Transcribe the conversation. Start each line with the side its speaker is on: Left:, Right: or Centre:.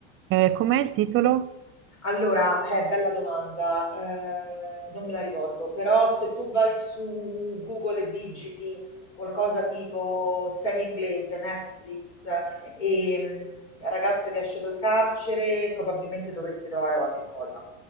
Right: Eh, com'è il titolo?
Left: Allora, eh, bella domanda, eh, non me la ricordo, però se tu vai su Google e digiti qualcosa tipo serie inglese, Netflix e mm, ragazza che esce dal carcere, probabilmente dovresti trovare qualche cosa.